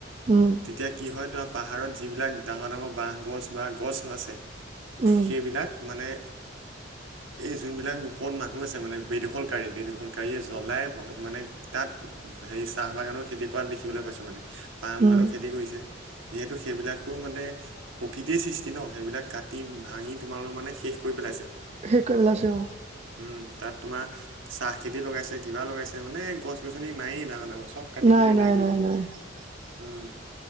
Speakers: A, on the right (about 35°); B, on the right (about 80°).
A: উম
B: তেতিয়া কি হয় তোমাৰ পাহাৰত যিবিলাক ডাঙৰ ডাঙৰ বাঁহ গছ, বা গছ আছে।
A: উম
B: সেইবিলাক মানে এই যোনবিলাক ওপৰত মানুহ আছে, মানে বেদখলকাৰী বেদীখলকাৰীয়ে জ্বলাই মানে। তাত সেই চাহ বাগানৰ খেতি কৰা দেখিবলৈ পাইছো মানে পাহ
A: উম
B: মইলও খেতি কৰিছে। যিহেতু সেইবিলাকতো মানে প্ৰকৃতিয়ৰ সৃষ্টি ন সেইবিলাক কাটি ভাঙি তোমালোক মানে শেষ কৰি পেলাইছে।
A: শেষ কৰি পেলাইছে
B: উম, তাত তোমাৰ চাহ খেতি লগাইছে কিবা লগাইছে। মানে গছ, গছনি নায়েই, চব কাটি
A: নাই
B: কুটি এদাই
A: নাই
B: কৰি
A: নাই
B: দি
A: নাই
B: উম,